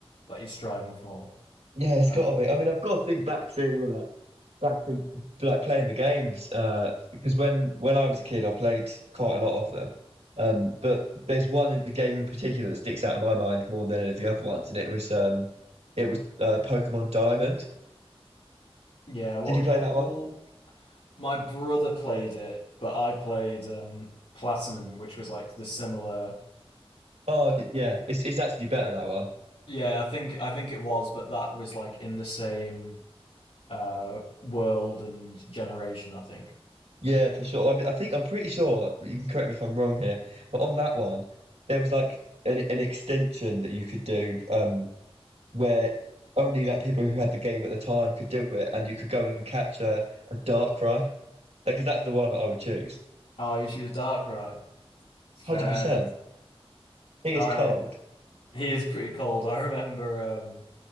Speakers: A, on the left (about 75°); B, on the right (about 85°).
A: that you're striving for.
B: Yeah, it's
A: Um,
B: got to be. I mean, I've got to think back to uh, back to like playing the games uh, because when when I was a kid, I played quite a lot of them. Um, but there's one in the game in particular that sticks out in my mind more than any of the other ones, and it was um, it was uh, Pokemon Diamond.
A: yeah. What,
B: Did you play
A: what
B: that one?
A: my brother played it, but I played um Platinum, which was like the similar.
B: Oh, yeah. It's it's actually better that one.
A: Yeah, I think I think it was, but that was like in the same uh world and generation. I think.
B: Yeah, for sure. I mean, I think I'm pretty sure. You can correct me if I'm wrong here, but on that one, there was like an an extension that you could do, um, where only like people who had the game at the time could do it, and you could go and capture a a Darkrai. Because that's the one that I would choose.
A: Oh, you choose a Darkrai. Sad.
B: 100%. He
A: I
B: is cold.
A: He is pretty cold. I remember um,